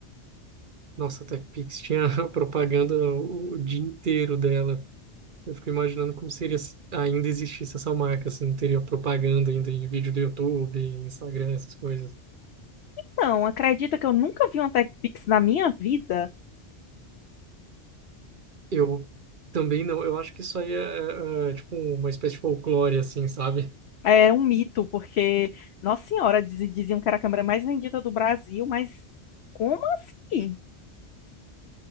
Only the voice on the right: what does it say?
Nossa, a TechPix tinha <laughs> propaganda o, o dia inteiro dela. Eu fico imaginando como seria se ainda existisse essa marca, se não teria propaganda ainda em vídeo do YouTube, Instagram, essas coisas.
Eu também não, eu acho que isso aí é, é, é, tipo uma espécie de folclore, assim, sabe?